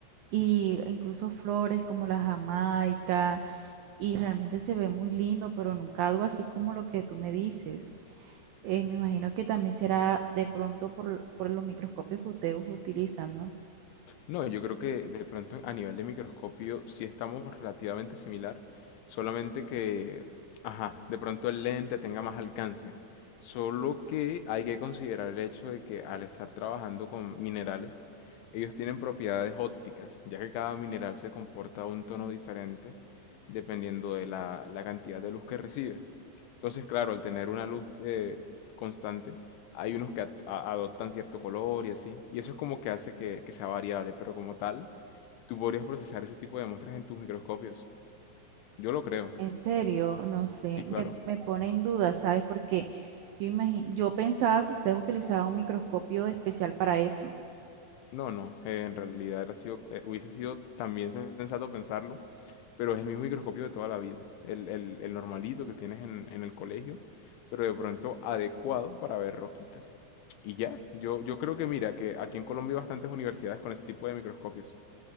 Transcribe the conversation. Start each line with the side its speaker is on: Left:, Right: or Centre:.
Right: y incluso flores como la jamaica y realmente se ve muy lindo, pero nunca algo así como lo que tú me dices. Eh, me imagino que también será de pronto por, por los microscopios que ustedes utilizan, ¿no?
Left: No, yo creo que de pronto a nivel de microscopio sí estamos relativamente similar, solamente que, ajá, de pronto el lente tenga más alcance. Solo que hay que considerar el hecho de que al estar trabajando con minerales, ellos tienen propiedades ópticas, ya que cada mineral se comporta a un tono diferente dependiendo de la, la cantidad de luz que recibe. Entonces, claro, al tener una luz eh, constante, hay unos que ad- a- adoptan cierto color y así. Y eso es como que hace que, que sea variable, pero como tal, tú podrías procesar ese tipo de muestras en tus microscopios. Yo lo creo,
Right: En serio, no sé,
Left: sí,
Right: me,
Left: claro.
Right: me pone en duda, ¿sabes? Porque yo imagino, yo pensaba que ustedes utilizaban un microscopio especial para eso.
Left: No, no, eh, en realidad era sido, eh, hubiese sido también sensato pensarlo, pero es el mismo microscopio de toda la vida, el, el- el normalito que tienes en, en el colegio, pero de pronto adecuado para ver roquitas. Y ya, yo, yo creo que mira, que aquí en Colombia hay bastantes universidades con ese tipo de microscopios.